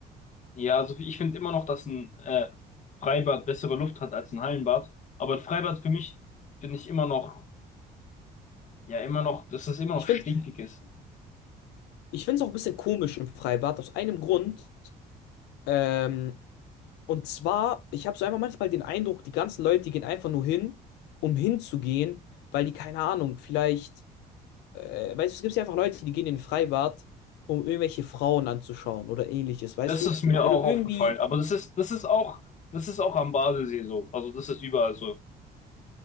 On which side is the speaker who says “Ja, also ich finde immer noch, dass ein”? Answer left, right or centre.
Left